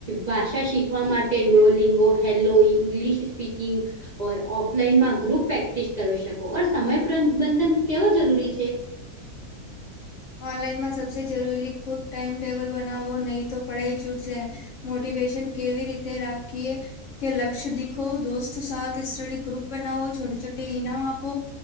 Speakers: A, on the right (about 45°); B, on the left (about 65°).
A: ભાષા શીખવા માટે ડોલિંગો હેલો ઇંગ્લિશ સ્પીકિંગ ઓર ઓફલાઈનમાં ગ્રુપ પ્રેક્ટિસ કરી શકો ઓર સમય પ્રબંધન કેવો જરૂરી છે
B: ઓનલાઈનમાં સબસે જરૂરી ખૂબ ટાઈમ ટેબલ બનાવવો નહી તો પડાઈ છૂટશે મોટિવેશન કેવી રીતે રાખીએ કે લક્ષ્ય દીખો દોસ્ત સા સ્ટડી ગ્રુપ બનાવો છોટે છોટે ઇનામ આપો